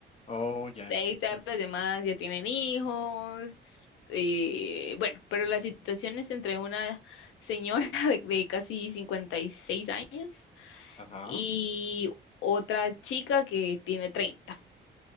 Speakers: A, on the left (about 30°); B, on the left (about 80°).
A: Oh, ya.
B: de ahí todas
A: Ujú.
B: las demás ya tienen hijos, eh, bueno, pero la situación es entre una señora <laughs> de de casi 56 años
A: Ajá,
B: y otra chica que tiene treinta